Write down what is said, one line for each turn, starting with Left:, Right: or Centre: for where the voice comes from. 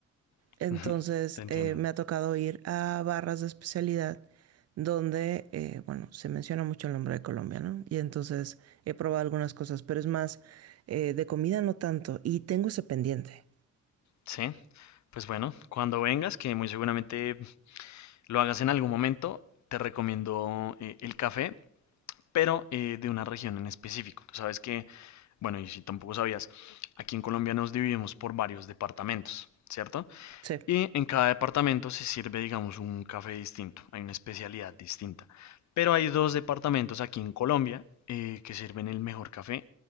Left: <laughs>
Right: entonces
Left: Te entiendo.
Right: eh, me ha tocado ir a barras de especialidad donde, eh, bueno, se menciona mucho el nombre de Colombia, ¿no? Y entonces he probado algunas cosas, pero es más eh, de comida no tanto y tengo ese pendiente.
Left: Sí, pues bueno, cuando vengas, que muy seguramente lo hagas en algún momento, te recomiendo eh, el café, pero eh, de una región en específico. Tú sabes que, bueno, y si tampoco sabías, aquí en Colombia nos dividimos por varios departamentos, ¿cierto?
Right: Sí.
Left: Y en cada departamento se sirve, digamos, un café distinto, hay una especialidad distinta. Pero hay dos departamentos aquí en Colombia eh, que sirven el mejor café,